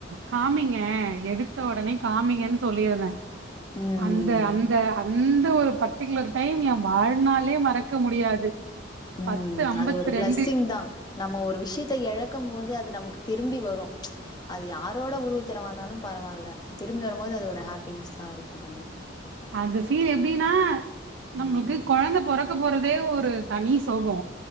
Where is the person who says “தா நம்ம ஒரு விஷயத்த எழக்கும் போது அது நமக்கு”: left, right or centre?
Left